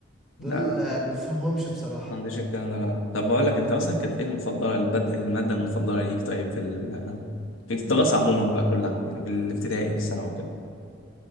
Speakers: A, in the centre; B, on the left.
A: دول
B: لا،
A: آه، ما بفهمهمش بصراحة
B: ما عنديش الكلام ده لا طب بقول لك انت مثلا كانت ايه المفضله البد... الماده المفضله ليك طيب في ال... في الدراسه عموما بقى كلها يعني في الابتدائي والثانوي وكده